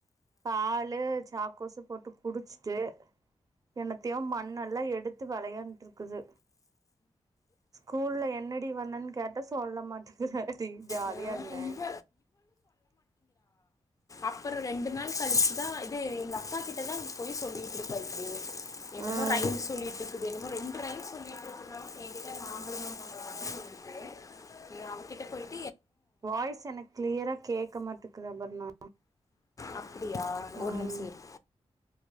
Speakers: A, on the right; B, on the left.
A: பாலு சாக்கோசு போட்டு குடிச்சுட்டு என்னத்தையும் மண்னெல்லாம் எடுத்து வெளையாண்டுட்டு இருக்குது ஸ்கூல்ல என்னடி பண்ணன்னு கேட்ட சொல்ல மாட்டே ஜாலியா
B: ஆ
A: இருந்தேன்
B: இவ அப்புறம் ரெண்டு நாள் கழிச்சுதான் இது எங்க அப்பா கிட் நா போய் சொல்லிட்டு இருப்பா என்னம
A: ம்
B: ரைம்ஸ் சொல்லிட்டு இரு என ரெண்டு ரைம்ஸ் சொல்லிட்டு இருக்க என்கிட்ட வாங்கும் சொல்லேன் அவகிட்டய
A: வாய்ஸ் எனக்கு கிளியரா கேட்க்க மாட்டேக்குது அபர்ணா
B: அப்டியா
A: ம்
B: ஒரு நிமிஷம் இரு